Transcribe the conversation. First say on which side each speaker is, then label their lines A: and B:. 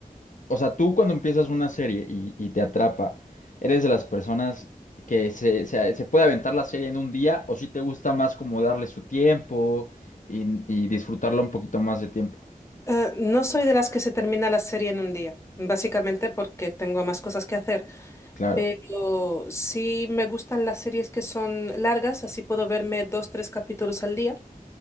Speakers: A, on the left (about 60°); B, on the left (about 20°).
A: o sea, tú cuando empiezas una serie y, y te atrapa, ¿eres de las personas que se, se, se puede aventar la serie en un día o si te gusta más como darle su tiempo y, y disfrutarla un poquito más de tiempo?
B: Eh, no soy de las que se termina la serie en un día, básicamente porque tengo más cosas que hacer.
A: Claro.
B: Pero sí me gustan las series que son largas, así puedo verme dos, tres capítulos al día.